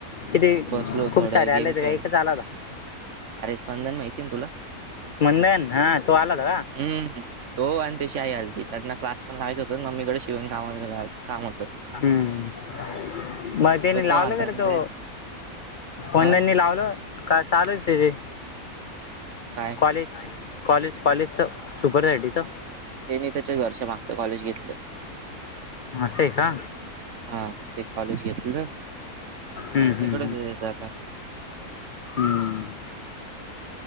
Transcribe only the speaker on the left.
किती
खूप
सारे
आले
ते का एकच आला होता.
स्पंदन हा तो आला होता का
हम्म म त्यांनी
लावलं
का रे
तो
स्पंदननी
लावलं का चालूच आहे ते.
कॉलेज कॉलेज कॉलेजचं सुपर आयडीचं.
असय का.
हम्म.
<unintelligible>